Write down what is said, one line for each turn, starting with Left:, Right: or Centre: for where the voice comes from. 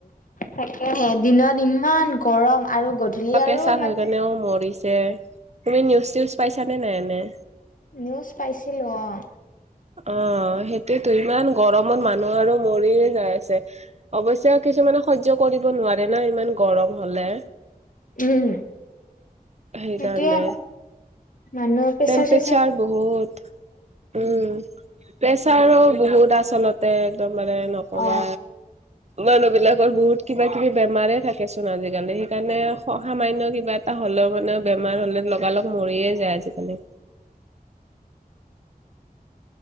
Left: তাকেহে দিনত ইমান গৰম, আৰু গধূলি
Right: প্ৰেছাৰ
Left: আৰু মানে
Right: হৈ কেনেও মৰিছে তুমি নিউজ চউজ পাইছানে নাই, এনে
Left: নিউজ পাইছিলো অ'।
Right: অ সেইটোয়েতো ইমান গৰমত মানুহ আৰু মৰি যাই। অৱশ্যে কিছুমানে সহ্য কৰিব নোৱাৰে না ইমান গৰম। হলে
Left: উম
Right: সেইকাৰণে।
Left: সেইটোয়ে মানুহৰ প্ৰেচাৰ
Right: টেম্পৰেচাৰ
Left: চেচাৰ
Right: বহুত উম্। প্ৰেচাৰো বহুত আচলতে একদম মানে নকবা।
Left: অ
Right: মানুহ বিলাকৰ বহুত কিবা কিবি বেমাৰে থাকেচোন আজিক কালি সেইকাৰণে, সামান্য কিবা এটা হ'লেও মানে বেমাৰ হলে লগালগ মৰিয়ে যায় আজিকালি।